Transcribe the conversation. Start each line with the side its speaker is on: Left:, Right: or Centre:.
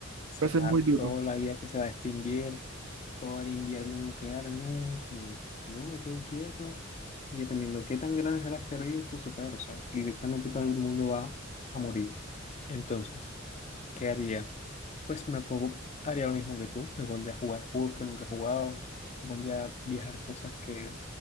Left: sea,
Right: va a ser muy duro,
Left: toda la vida que se va a extinguir, todo el invierno nuclear, no, señor. Yo me quedo quieto y dependiendo qué tan grande sea la asteroide, incluso peor, o sea, directamente todo el mundo va a morir. Entonces, ¿qué haría? Pues me pongo- haría lo mismo que tú, me pondría a jugar juegos que nunca he jugado, me pondría a viajar cosas que